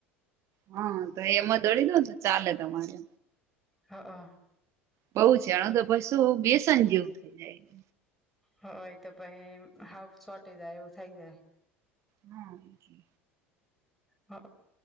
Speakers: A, on the right; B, in the centre.
A: હા તો એમાં દડી દો તો ચાલે તમારે
B: હઅ
A: બઉ છે એણ તો પશું બેસન જેવું થઈ જાય
B: હ એ તો પહી હાઉ શોટે જાય એવું થઈ જાય
A: હા એ જે
B: હઅ